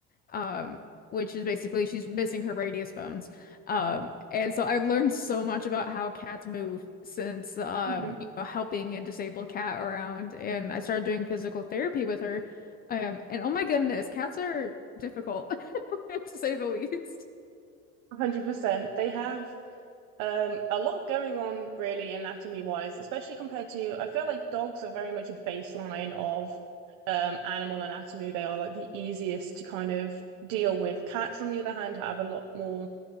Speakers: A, on the left (about 30°); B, on the right (about 85°).
A: um, which is basically she's missing her radius bones. Um, and so I've learned so much about how cats move since um,
B: Mhm.
A: you know, helping a disabled cat around. And I started doing physical therapy with her. Um, and oh my goodness, cats are difficult <laughs> to say the least.
B: 100%. They have Um, a lot going on really anatomy wise, especially compared to, I feel like dogs are very much a baseline of um animal anatomy. They are like the easiest to kind of deal with. Cats, on the other hand, have a lot more